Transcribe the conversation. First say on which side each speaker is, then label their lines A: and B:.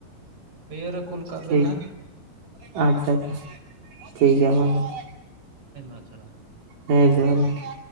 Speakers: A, on the right; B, on the right.
A: ᱤᱭᱟᱹ ᱨᱮ ᱠᱩᱞ ᱠᱟᱜ
B: ᱴᱷᱤᱠ
A: ᱵᱮᱱ ᱱᱟᱦᱟᱸᱜ ᱾
B: ᱟᱪᱪᱷᱟ ᱟᱪᱪᱷᱟ ᱾ ᱴᱷᱤᱠ ᱜᱮᱭᱟ ᱢᱟ ᱟᱫᱚ ᱾
A: ᱠᱟᱪᱨᱟ
B: ᱦᱮᱸ ᱡᱚᱦᱟᱨ ᱜᱮ ᱾